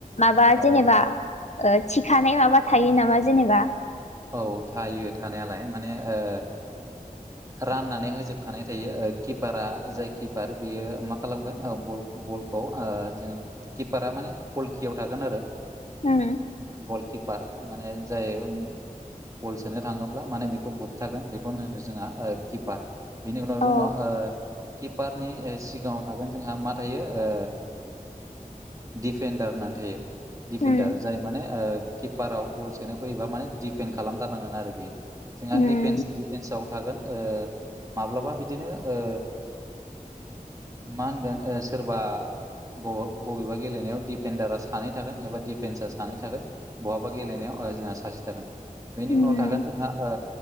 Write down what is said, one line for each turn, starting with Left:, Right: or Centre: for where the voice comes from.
Left: माबा
Right: औ
Left: जेनेबा ओ थिखानाय माबा थायो नामा जेनेबा।
Right: औ थायो थानायालाय माने ओ
Left: <inaudible>
Right: राननानै होजोबखानाय थायो किपारा जाय किपार बियो मा खालामगोन बल बलखौ जोङो किपारा माने गलकियाव थागोन आरो।
Left: हम।
Right: गलकिपार माने जाय कल सोनो थाङोब्ला माने बेखौ बुुबथागोन बेखौनो होनदो जोंहा किपार। बेनि उनाव दङ
Left: औ
Right: किपारनि सिगाङाव थागोन जोंहा मा थायो ओ दिफेन्डार होननानै थायो। दिफेडार
Left: उम
Right: जाय माने किपाराव गल सोनो फैयोबा माने दिडफेन्ड खालामथारनांगोन आरो बेयो। जोंहा
Left: उम
Right: दिफेन्स दिफेन्सआव थागोन माब्लाबा बिदिनो ओ मा होनगोन सोरबा बबा- बबेबा गेलेनायाव डिफेडारा सानै थागोन एबा डिफेन्सा सानै थागोन। बहाबा गेलेनायाव ओ जोंहा सासे थागोन। बेनि
Left: उम
Right: उनाव थागोन जोंहा ओ